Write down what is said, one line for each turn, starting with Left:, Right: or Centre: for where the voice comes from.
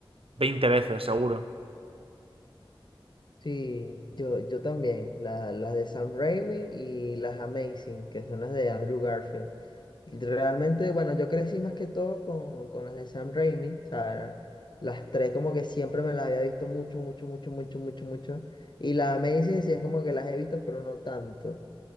Right: 20 veces seguro.
Left: Sí, yo, yo también, la- las de Sam Raimi y las Amazing, que son las de Andrew Garfield. Realmente, bueno, yo crecí más que todo con, con las de Sam Raimi, o sea, era- las tres como que siempre me las había visto mucho, mucho, mucho, mucho, mucho, mucho. Y las Amazing sí es como que las he visto, pero no tanto.